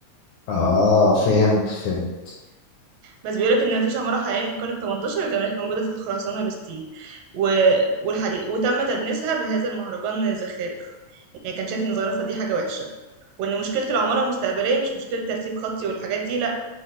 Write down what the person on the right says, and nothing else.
بس بيقولك ان مفيش عمارة حقيقية من القرن 18 الجمالات موجودة في الخرسانة والستيل و... والحديد وتم تدنيسها بهذا المهرجان من الزخارف يعني كان شايف ان الزخرفة دي حاجة وحشة وان مشكلة العمارة المستقبلية مش مشكلة ترتيب خطي والحاجات دي لأ